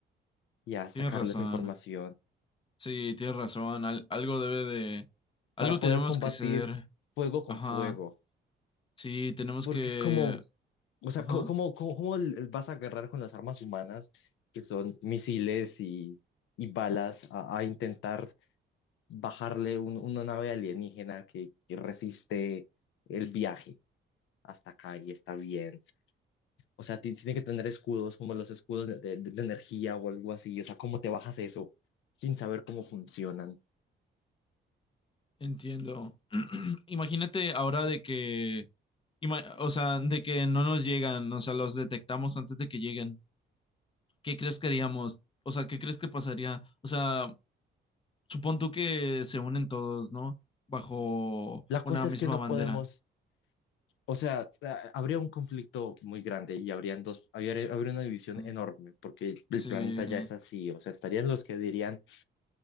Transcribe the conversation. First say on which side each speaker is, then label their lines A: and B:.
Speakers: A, on the left; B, on the left.
A: y a sacarles
B: Tienes razón.
A: información
B: Sí, tienes razón. Al- algo debe de, algo
A: para poder
B: tenemos
A: combatir
B: que ceder.
A: fuego con
B: Ajá.
A: fuego,
B: Sí, tenemos
A: porque
B: que,
A: es como, o sea,
B: ajá.
A: co- ¿cómo, cómo, cómo l- vas a agarrar con las armas humanas, que son misiles y, y balas, a, a intentar bajarle un- una nave alienígena que que resiste el viaje hasta acá y está bien? O sea, ti- tiene que tener escudos como los escudos de, de- de la energía o algo así. O sea, ¿cómo te bajas eso sin saber cómo funcionan?
B: Entiendo. <clears throat> Imagínate ahora de que, ima- o sea, de que no nos llegan, o sea, los detectamos antes de que lleguen. ¿Qué crees que haríamos? O sea, ¿qué crees que pasaría? O sea, supón tú que se unen todos, ¿no? Bajo
A: La
B: una
A: cosa
B: misma
A: es que no
B: bandera.
A: podemos, o sea, a- habría un conflicto muy grande y habrían dos, habría, habría una división
B: Sí.
A: enorme porque el
B: Sí.
A: planeta ya es así. O sea, estarían los que dirían,